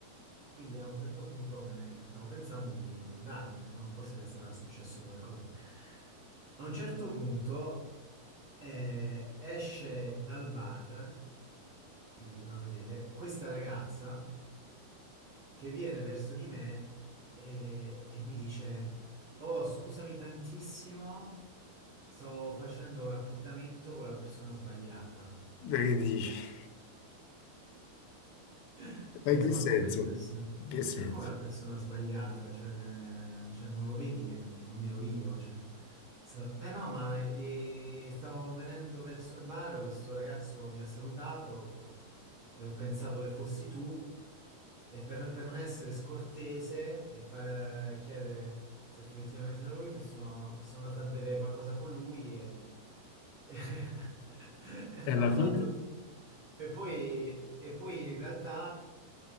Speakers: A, on the right; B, on the left.
A: quindi a un certo punto me ne stavo pensando di, di andarmene, no? Forse le sarà successo qualcosa. A un certo punto eh, esce dal bar che ti doveva vedere, questa ragazza che viene verso di me e, e mi dice: Oh, scusami tantissimo, stavo facendo l'appuntamento con la persona sbagliata.
B: Dai, Che dici?
A: Ho
B: Ma in
A: detto,
B: che
A: ma
B: senso?
A: come la persona,
B: In che senso?
A: ma come la persona sbagliata? Cioè, cioè, non lo vedi che non, non ero io? Cioè, so- eh no, ma eh, stavo venendo verso il bar, questo ragazzo mi ha salutato e ho pensato che fossi tu E per, per non essere scortese e fare la- chiedere se effettivamente era lui, mi sono, sono andato a bere qualcosa con lui e, e- <laughs> e
B: E
A: non
B: alla
A: ho fatto...
B: fine?
A: E poi, e poi in realtà